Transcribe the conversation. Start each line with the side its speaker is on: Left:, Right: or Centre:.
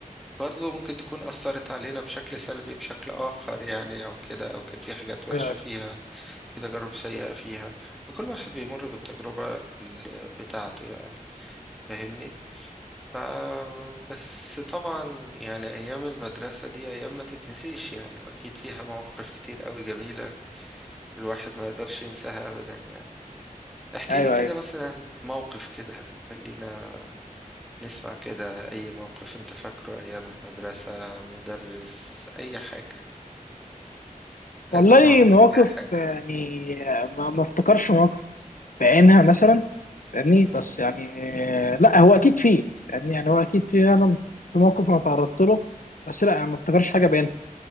Centre: برضو ممكن تكون أثرت علينا بشكل سلبي بشكل آخر يعني أو كده أو كان في حاجات وحشة
Left: آه
Centre: فيها في تجارب سيئة فيها فكل واحد بيمر بالتجربة ال- بتاعته يعني فاهمني ف بس طبعا يعني أيام المدرسة دي أيام ما تتنسيش يعني أكيد فيها مواقف كتير أوي جميلة الواحد ما يقدرش ينساها أبدا يعني احكي
Left: أيوه
Centre: لي كده
Left: أيوه
Centre: مثلا موقف كده خلينا نسمع كده اي موقف انت فاكره ايام المدرسة مدرس اي حاجة
Left: والله
Centre: عايز اسمع منك
Left: مواقف
Centre: اي حاجة
Left: يعني آه، ما ما افتكرش مواقف بعينها مثلا فاهمني
Centre: مم.
Left: بس يعني لا هو اكيد فيه يعني يعني هو اكيد فيه انا في موقف انا تعرضت له بس لا انا ما افتكرش حاجه بينها